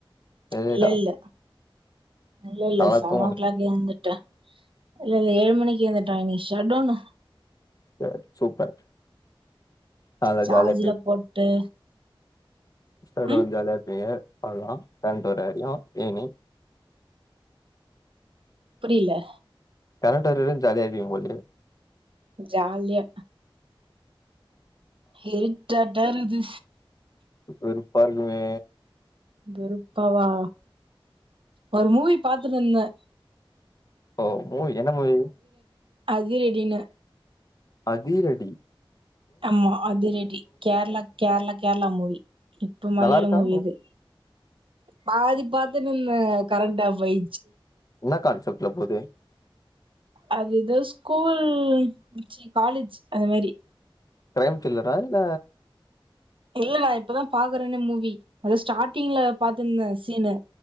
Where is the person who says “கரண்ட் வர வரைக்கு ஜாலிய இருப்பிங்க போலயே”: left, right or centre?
Left